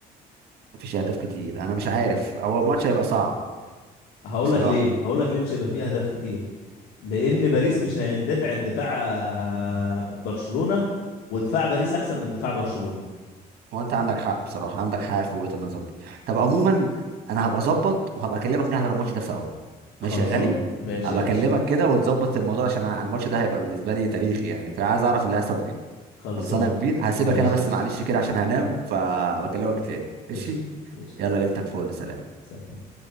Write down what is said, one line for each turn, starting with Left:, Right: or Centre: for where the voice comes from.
Right: مفيش اهداف كتير انا مش عارف هو الماتش هيبقى صعب
Left: هقول
Right: بصراحة
Left: لك ليه هقول لك ليه مش هيبقى فيه اهداف كتير لان باريس مش هيندفع اندفاع آه، برشلونة ودفاع باريس احسن من دفاع برشلونة
Right: هو انت عندك حق بصراحه عندك حق في وجهه النظر دي طب عموما انا هبقى اظبط وهبقى اكلمك نحضر الماتش ده سوا ماشي
Left: خلصان
Right: يا غالي
Left: ماشي
Right: هبقى
Left: يا باشا
Right: اكلمك كده ونظبط الموضوع عشان أنا- الماتش ده هيبقى بالنسبه لي تاريخي يعني فعايز اعرف اللي هيحصل فيه
Left: خلصان
Right: خلصانه يا كبير هسيبك
Left: ماشي
Right: انا بس
Left: يا باشا
Right: معلش كده عشان هنام فبكلمك تاني
Left: قشطة
Right: ماشي
Left: قشطة
Right: يلا ليلتك فل سلام
Left: سلام